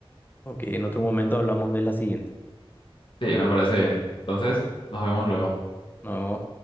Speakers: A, on the left (about 20°); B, on the left (about 60°).
A: Ok, en otro momento hablamos de la siguiente.
B: Sí, me parece bien. Entonces, nos vemos luego.
A: Nos vemos.